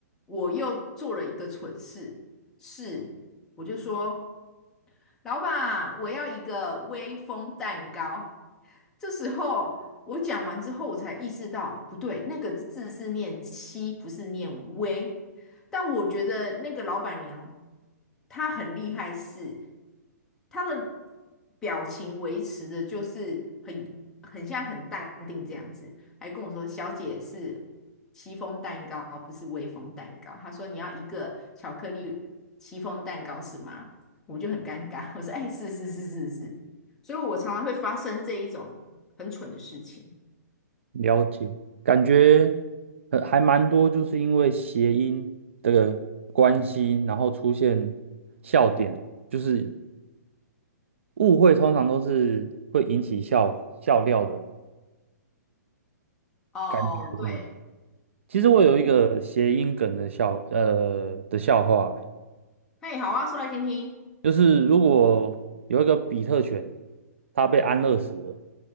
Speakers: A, in the centre; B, on the right.
A: 我又做了一个蠢事，是我就说老板，我要一个威风蛋糕。这时候我讲完之后，我才意识到不对，那个字是念七，不是念微。但我觉得那个老板娘她很厉害是，她的表情维持的就是很很像很淡定这样子，还跟我说：“小姐是戚风蛋糕，不是威风蛋糕。”她说：“你要一个巧克力戚风蛋糕是吗？”我就很尴尬。我说：“哎，是是是是是。”所以，我常常会发生这一种很蠢的事情。
B: 了解，感觉呃还蛮多，就是因为谐音这个关系，然后出现笑点，就是误会，通常都是会引起笑笑料的
A: 哦，
B: 感觉上。
A: 对，
B: 其实我有一个谐音梗的笑，
A: 物，
B: 呃的笑话，
A: 嘿，好啊，说来听听。
B: 就是如果有一个比特犬，它被安乐死了，